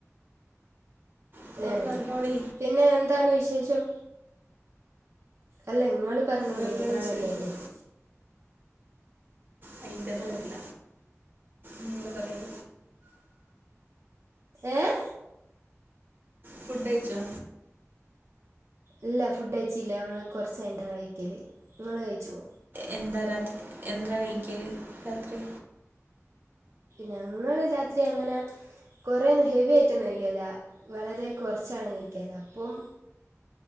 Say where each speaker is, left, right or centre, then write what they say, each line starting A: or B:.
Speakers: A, on the right (about 40°); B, on the right (about 55°).
A: നിങ്ങള്
B: ഹെ
A: പറഞ്ഞോളി
B: പിന്നെ എന്താണ് വിശേഷം അല്ല നിങ്ങൾ പറഞ്ഞോളി
A: നല്ല
B: അതാണല്ലേ
A: വിശേഷം
B: എന്റത്
A: അതിന്റെന്നല്ല
B: ആ
A: നിങ്ങൾ പറയൂ
B: ഏഹ്
A: ഫുഡഴ്ച്ചോ?
B: ഇല്ല ഫുഡ് കഴിച്ചില്ല നമ്മള് കൊറച്ച് കഴിഞ്ഞിട്ടാ കഴിക്കല് ഇങ്ങള് കഴിച്ചോ?
A: എന്താ രാത് എന്തരാ കഴിക്കല് രാത്രി
B: ഞങ്ങള് രാത്രി അങ്ങനെ കൊറേയൊന്നും ഹെവി ആയിട്ടൊന്നും കഴിക്കല്ല വളരെ കൊറച്ചാണ് കഴിക്കല് അപ്പോം